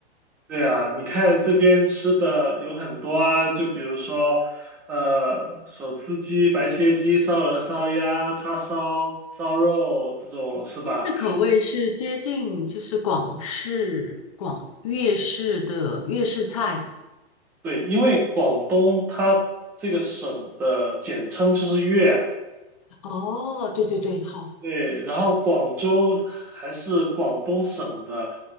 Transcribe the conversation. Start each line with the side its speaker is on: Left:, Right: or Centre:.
Centre: 对啊，你看这边吃的有很多啊，就比如说，呃，手撕鸡、白切鸡、烧鹅、烧鸭、叉烧、烧肉这种是吧？
Left: 他们的口味是接近就是广式、广粤式的粤式菜，
Centre: 对，因为广东它这个省的简称就是粤啊，
Left: 哦，对对对，好，
Centre: 对，然后广州还是广东省的